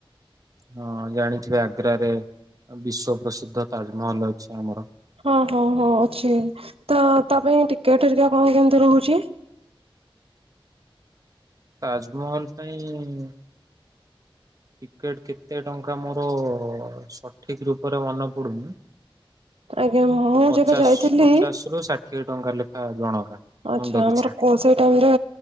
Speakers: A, on the right (about 40°); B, on the right (about 85°).
A: ହଁ ଜାଣିଥିବେ ଆଗ୍ରାରେ ବିଶ୍ଵ ପ୍ରସିଦ୍ଧ ତାଜମହଲ ଅଛି ଆମର।
B: ହଁ, ହଁ, ହଁ ଅଛି ତ, ତା ପାଇଁ ଟିକେ ହରିକା କଣ କେମିତି ରହୁଛି?
A: ତାଜମହଲ ପାଇଁ। ଟିକେଟ‌ କେତେ ଟଙ୍କା ମୋର ସଠିକ ରୂପରେ ମନେ ପଡୁନି।
B: ଆଜ୍ଞା ମୁଁ
A: ପଚାଶ
B: ଯେବେ ଯାଇଥିଲି।
A: ପଚାଶ ରୁ ଷାଠିଏ ଟଙ୍କା, ଲେଖା ଜଣକା। ମୁଣ୍ଡ
B: ଆଚ୍ଛା।
A: ପିଛା
B: ଆମର କୋ ସେ ଟାଇମ ରେ